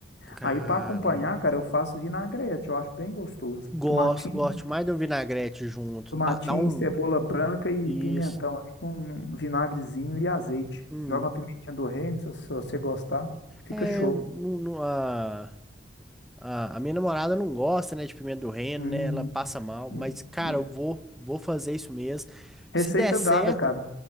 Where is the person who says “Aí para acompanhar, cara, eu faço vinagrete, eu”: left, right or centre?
Left